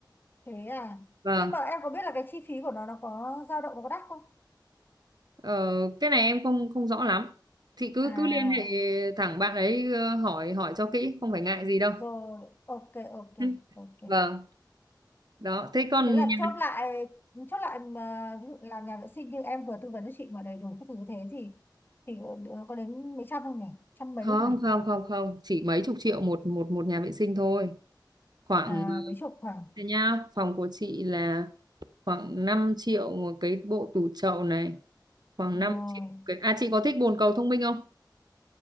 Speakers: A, on the left (about 25°); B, on the right (about 60°).
A: Thế à.
B: vâng
A: Nhưng mà em có biết là cái chi phí của nó nó có dao động nó có đắt không?
B: ờ, cái này em không không rõ lắm thì cứ
A: À,
B: cứ liên hệ thẳng bạn ấy ờ, hỏi hỏi cho kỹ không phải ngại gì đâu
A: rồi, ok, ok,
B: Ừ,
A: ok.
B: vâng đó thế còn
A: thế là
B: nhà-
A: chốt lại chốt lại mà ví dụ là nhà vệ sinh như em vừa tư vấn cho chị mà đầy đủ các thứ như thế thì thì có đến mấy trăm không nhỉ trăm mấy
B: không
A: không nhỉ
B: không không không chỉ mấy chục triệu một một một nhà vệ sinh thôi khoảng
A: à
B: ờ,
A: mấy chục khoảng
B: thế nha phòng của chị là khoảng 5 triệu một cái bộ tủ chậu này khoảng
A: rồi
B: 5 triệu cái... à chị có thích bồn cầu thông minh không